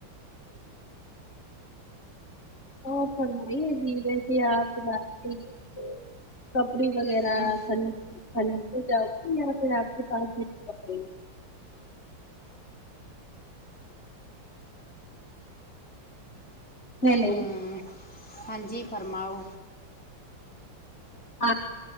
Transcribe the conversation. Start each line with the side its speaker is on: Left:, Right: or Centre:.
Left: اور فرمائی ہے جی ویسے <unintelligible> کپڑے وغیرہ
Centre: ہوں
Left: خرید خریدتے جاؤ گی یا پھر آپ کے پاس ہے کپڑے ہیلو
Centre: ہوں ہاں جی فرماؤ
Left: آ